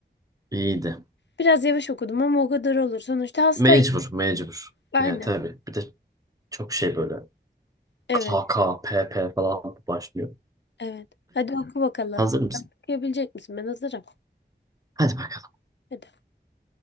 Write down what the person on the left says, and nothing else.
Biraz yavaş okudum ama o kadar olur. Sonuçta hastayım.
Aynen.
Evet,
evet. Hadi oku bakalım.
Okuyabilecek misin? Ben hazırım.
Hadi.